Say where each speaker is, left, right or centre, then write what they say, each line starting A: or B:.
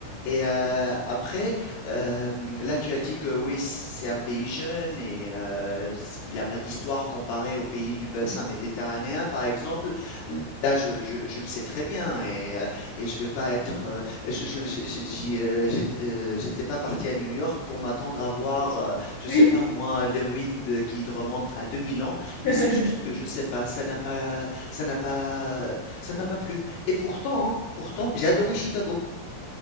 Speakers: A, on the left (about 75°); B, on the left (about 60°).
A: Et euh, après, euh, là, tu as dit que oui, c'est un pays jeune et euh, il n'a pas d'histoire comparée aux pays du bassin méditerranéen, par exemple. Là, je, je- je le sais très bien et, euh, et je vais pas être. euh, je, je- je- j'y, euh, j'ét- euh, j'étais pas parti à New York pour m'attendre à voir, euh, je
B: oui.
A: sais pas moi, des ruines de- qui remontent à 2000 ans.
B: oui.
A: Mais
B: <laughs>
A: c'est juste que je sais pas, ça n'a pas ça n'a pas ça ne m'a pas plu et pourtant, hein, pourtant j'ai adoré Chicago.